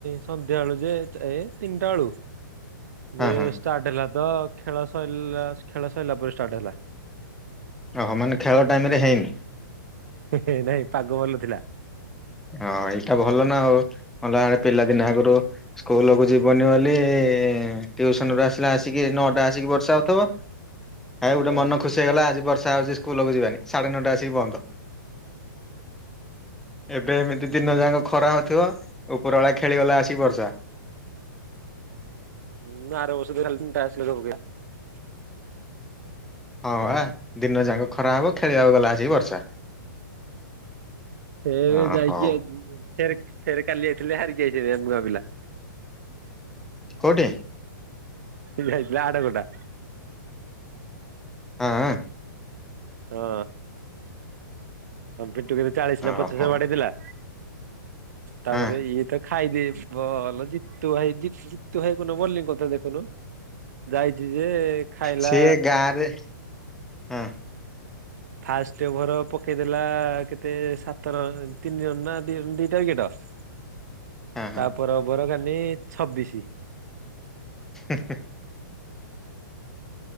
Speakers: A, on the right; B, in the centre.
A: ସନ୍ଧ୍ୟାବେଳୁ ଯେ ଏ ତିନିଟା ବେଳୁ
B: ହଁ
A: ଏ
B: ହଁ
A: ଷ୍ଟାର୍ଟ ହେଲା ତ ଖେଳ ସରିଲା ଖେଳ ସଇଲା ପରେ ଷ୍ଟାର୍ଟ ହେଲା।
B: ଓହୋ ମାନେ ଖେଳ ଟାଇମ ରେ ହେଇନି?
A: ହେଃ ହେଃ ନାଇଁ ପାଗ ଭଲ ଥିଲା।
B: ହଁ ଏଇଟା ଭଲ ନା ଆଉ ସନ୍ଧ୍ୟାବେଳେ ପିଲାଦିନ ଆଗରୁ ସ୍କୁଲ କୁ ଯିବନି ବୋଲି ସେ ଟିଉସନ ରୁ ଆସିଲା ଆସିକି ନଅଟା ଆସିକି ବର୍ଷା ହଉଥିବ ଆଉ
A: ହଁ
B: ଗୋଟେ ମନ ଖୁସି ହେଇଗଲା ଆଜି ବର୍ଷା ବର୍ଷା ହଉଛି ସ୍କୁଲକୁ ଯିବାନି ସାଢେ ନଅଟା ଆସିକି ବନ୍ଦ। ଏବେ ଏମିତି ଦିନ ଯାକ ଖରା ହଉଥିବ ଉପରବେଳା ଖେଳିଗଲା ଆସି ବର୍ଷା
A: ମୁଁ ଆରବର୍ଷ ଖାଲି ତାସ୍ ଖେଳ ପକେଇବି।
B: ହଁ ବା ଦିନ ଯାଙ୍କ ଖରା ହବ ଖେଳିବାକୁ ଗଲା ଆସି ବର୍ଷା।
A: ଫେରେ
B: ଅ
A: ଯାଇକି
B: ହଉ
A: ଫେରେ ଫେରେ କାଲି ଯାଇଥିଲେ ହାରିକି ଆସିଛନ୍ତି ଏ ପୁଅପିଲା।
B: କୋଉଠି?
A: ଯାଇଥିଲେ ଆଡକଟା।
B: ହଁ।
A: ହଁ। ବିଟୁ କେତେ ଚାଳିଶ ନା ପଚାଶ
B: ଓହୋ
A: ବାଡେଇ ଥିଲା? ତାପରେ
B: ହଁ
A: ଇଏ ତା ଖାଇଦିଏ ବଲ ଜିତୁଭାଇ ଜିତ୍ ଜିତୁଭାଇ କୋଉନ ବୋଲିଂ କରୁଥିଲା ଦେଖୁନୁ ଯାଇ ଯି ଯିଏ ଖାଇଲା
B: ସିଏ ଗାଁରେ ହଁ
A: ଫାଷ୍ଟ ଓଭର ପକେଇଦେଲା କେତେ ସାତ ର ତିନି ରନ ନା ଦିଟା ୱିକେଟ।
B: ହଁ ହଁ
A: ତା ପର ଓଭର ମାନେ ଛବିଶି।
B: ହା ହା।